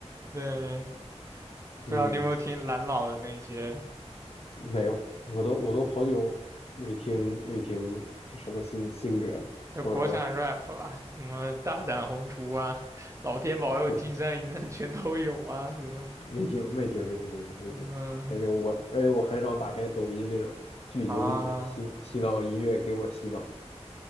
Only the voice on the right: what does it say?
对，不知道你有没有听蓝老的那些，
就国产 rap 吧，什么大展宏图啊，老天保佑，
金山银山全都有啊，什么的，
嗯
啊，